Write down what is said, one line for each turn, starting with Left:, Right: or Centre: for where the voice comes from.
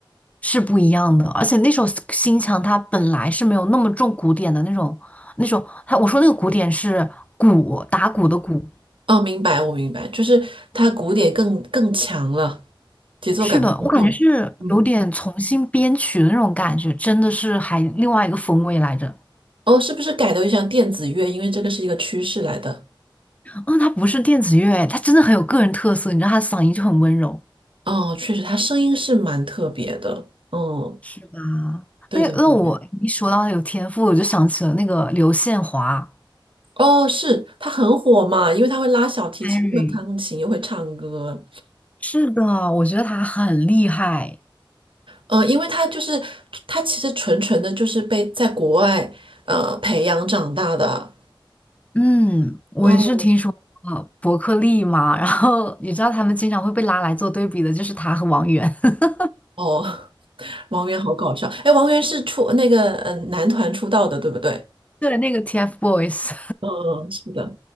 Left: 是不一样的，而且那首新墙它本来是没有那么重古典的那种，那种，它我说那个古典是鼓打鼓的鼓，
Right: 哦，明白，我明白，就是它古典更更强了，节奏感更重。
Left: 是的，我感觉是有点重新编曲的那种感觉，
Right: 嗯，
Left: 真的是还另外一个风味来着。
Right: 哦，是不是改的像电子乐？因为这个是一个趋势来的。
Left: 嗯，他不是电子乐，他真的很有个人特色，你知道他嗓音就很温柔，
Right: 哦，确实，它声音是蛮特别的。嗯，
Left: 是吧？
Right: 对的，
Left: 那那我一说到有天赋，
Right: 对对。
Left: 我就想起了那个刘宪华
Right: 哦，是，它很火嘛，因为它会拉小提琴，
Left: ，Henry，
Right: 又会钢琴，又会唱歌。
Left: 是的，我觉得他很厉害。
Right: 呃，因为他就是他其实纯纯的就是被在国外呃培养长大的。
Left: 嗯，我也是听说过伯克利嘛，
Right: 嗯，
Left: 然后你知道他们经常会被拉来做对比的，就是他和王源，<laughs>
Right: 哦，<laughs> 王源好搞笑。哎，王源是出那个嗯、呃男团出道的，对不对？
Left: 对，那个 TFBOYS。
Right: 嗯，是的，